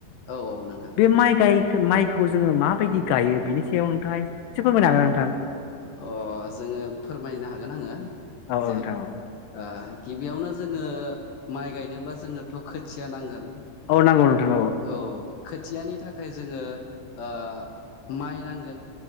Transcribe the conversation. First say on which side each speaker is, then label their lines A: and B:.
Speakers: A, on the left (about 70°); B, on the left (about 85°).
A: औ औ नोंथां
B: बे माइ गाय माइखौ जोङो माबायदि गायो बेनि सायाव नोंथाङा एसे फोरमायनो हागोन नोंथाङा
A: अ जोङो फोरमायनो हागोन आङो
B: हागोन
A: जिहेथु
B: ना नोंथां? औ नोंथां औ
A: ओ गिबियावनो जोङो माइ गायनोब्ला जोंनोथ' खोथिया नांगोन
B: औ नांगौ नोंथां
A: औ खोथियानि थाखाय जोङो ओ माइ नांगोन